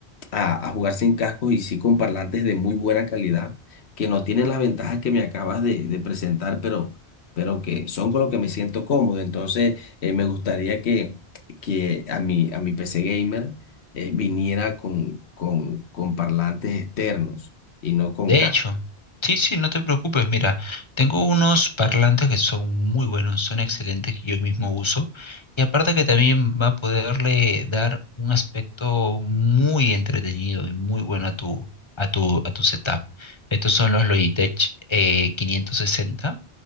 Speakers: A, on the left; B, on the left.
A: a, a jugar sin cascos y sí con parlantes de muy buena calidad, que no tienen las ventajas que me acabas de, de presentar, pero, pero que son con lo que me siento cómodo. Entonces, eh, me gustaría que, que a mi, a mi PC gamer eh, viniera con, con, con parlantes externos y no con
B: De
A: cascos.
B: hecho, sí, sí, no te preocupes. Mira, tengo unos parlantes que son muy buenos, son excelentes que yo mismo uso. Y aparte que también va a poderle dar un aspecto muy entretenido y muy bueno a tu, a tu, a tu setup. Estos son los Logitech eh, 560